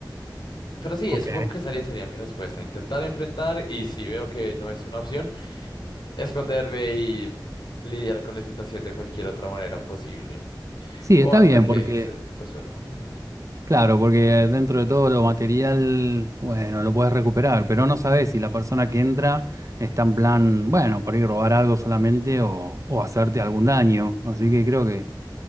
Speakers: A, on the left; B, on the right.
A: Pero sí,
B: Ok.
A: supongo que esa sería sería mi respuesta, intentar enfrentar y si veo que no es una opción, esconderme y lidiar con la situación de cualquier otra manera posible
B: Sí,
A: o
B: está
A: hasta
B: bien,
A: que
B: porque
A: se resuelva. Ujú.
B: Claro, porque dentro de todo lo material, bueno, lo puedes recuperar, pero no sabes si la persona que entra está en plan, bueno, por ahí robar algo solamente o, o hacerte algún daño. Así que creo que